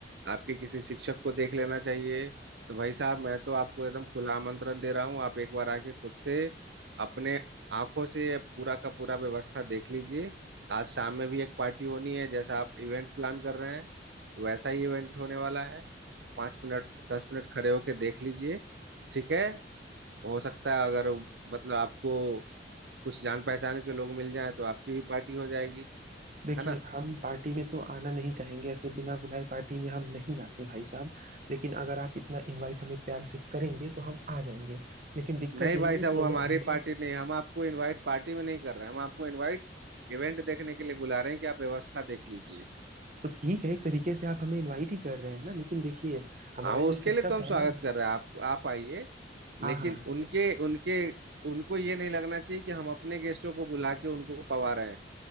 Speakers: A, on the right; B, on the right.
A: आपके किसी शिक्षक को देख लेना चाहिए तो भाई साहब मैं तो आपको एकदम खुला आमंत्रण दे रहा हूँ आप एक बार आके खुद से अपने आंखों से पूरा का पूरा व्यवस्था देख लीजिए आज शाम में भी एक पार्टी होनी है जैसा आप इवेंट प्लान कर रहे हैं वैसा ही इवेंट होने वाला है पाँच मिनट दस मिनट खड़े होके देख लीजिए ठीक है हो सकता है अगर मतलब आपको कुछ जान पहचान के लोग मिल जाए तो आपकी भी पार्टी हो जाएगी
B: देखिए
A: है ना
B: हम पार्टी में तो आना नहीं चाहेंगे ऐसे बिना बुलाए पार्टी में हम नहीं आते भाई साहब लेकिन अगर आप इतना इनवाइट हमें प्यार से करेंगे तो हम आ जाएंगे लेकिन दिक्कत
A: नहीं
B: यही
A: भाई
B: है
A: साहब
B: कि
A: वो
B: अगर
A: हमारी
B: हमें
A: पार्टी नहीं है, हम आपको इनवाइट पार्टी में नहीं कर रहे हैं हम आपको इनवाइट इवेंट देखने के लिए बुला रहे हैं कि आप व्यवस्था देख लीजिए
B: तो ठीक है एक तरीके से आप हमें इनवाइट ही कर रहे हैं ना लेकिन देखिए हमारे
A: हाँ वो
B: जो
A: उसके
B: शिक्षक
A: लिए तो हम
B: है
A: स्वागत
B: ना
A: कर रहे हैं आप आप आइए
B: हाँ
A: लेकिन
B: हाँ
A: उनके उनके उनको ये नहीं लगना चाहिए कि हम अपने गेस्टों को बुला के उनको पवा रहे हैं